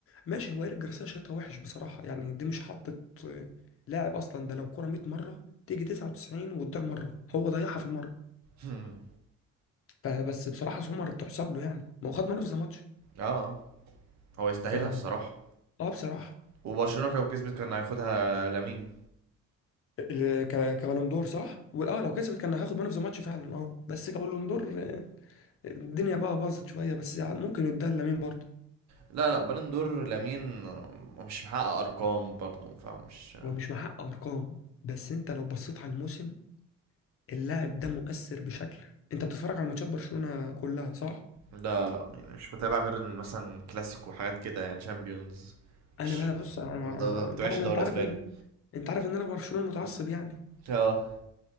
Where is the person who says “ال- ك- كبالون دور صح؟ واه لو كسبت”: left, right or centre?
Left